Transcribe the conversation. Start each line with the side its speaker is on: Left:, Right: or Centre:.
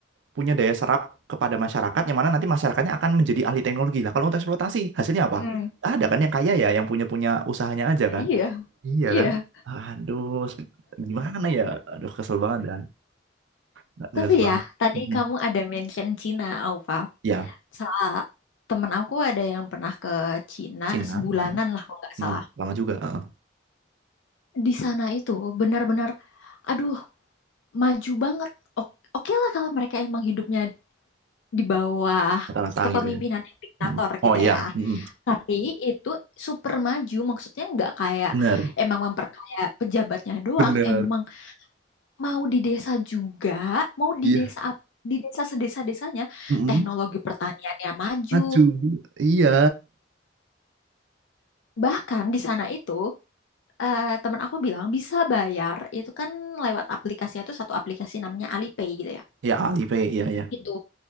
Right: punya daya serap kepada masyarakat yang mana nanti masyarakatnya akan menjadi ahli teknologi lah. Kalau untuk eksploitasi hasilnya apa?
Left: mm-mm.
Right: Nggak Ada kan yang kaya ya, yang punya punya usahanya aja kan?
Left: Iya,
Right: Iya
Left: iya.
Right: kan? Aduh, sep- gimana ya? Aduh, kesel banget dah, nggak
Left: Tapi
Right: jelas banget.
Left: ya, tadi
Right: Mm-mm.
Left: kamu ada mention Cina, Aufa.
Right: Ya,
Left: Salah, temen aku ada yang pernah ke Cina
Right: Cina,
Left: sebulanan
Right: Mm-mm.
Left: lah kalau nggak
Right: Mm,
Left: salah.
Right: lama juga, heeh.
Left: di sana itu benar-benar aduh maju banget O- oke lah kalau mereka emang hidupnya di bawah
Right: Rata-rata
Left: kepemimpinan
Right: gitu ya.
Left: yang diktator
Right: Mm.
Left: gitu
Right: Oh iya,
Left: ya
Right: Mm-mm.
Left: tapi itu super maju maksudnya nggak kayak
Right: Bener,
Left: emang memperkaya pejabatnya doang
Right: bener,
Left: emang mau di desa juga mau di
Right: iya,
Left: desa ap- di desa sedesa-desanya
Right: Mm-mm.
Left: teknologi pertaniannya maju
Right: Maju, iya,
Left: bahkan di sana itu eh, temen aku bilang bisa bayar itu kan lewat aplikasi itu satu aplikasi namanya Alipay gitu ya
Right: ya Alipay, iya ya.
Left: itu